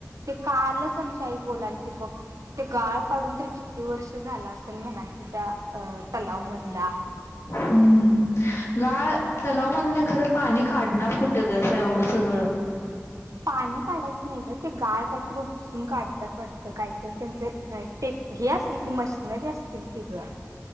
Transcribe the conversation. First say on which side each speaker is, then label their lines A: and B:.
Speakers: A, on the right; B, on the left.
A: ते कालच आमचं बोलालतित बघ गाळ काढून तर किती वर्ष झाला असेल म्हणालतीतत्या तलाव मधला
B: हम्म. गाळ तलावमधनं खरं पाणी काढणार कुठं कसं एवढं सगळं
A: पाणी काढायचं नाही ग, ते गाळ काय तर उपसुन तून काढत काहीतरी त्यांचं काहीतर टेक असते मशनरी असतील की ग